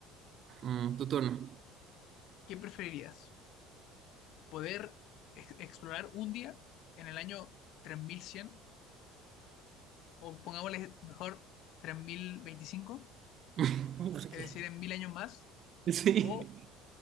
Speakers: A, on the right (about 45°); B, on the left (about 65°).
A: Mm, tu turno.
B: ¿Qué preferirías? ¿Poder ex- explorar un día en el año 3100, O pongámosle mejor 3025,
A: <laughs> ¿Por
B: es
A: qué?
B: decir, en mil años más.
A: Sí.
B: ¿O,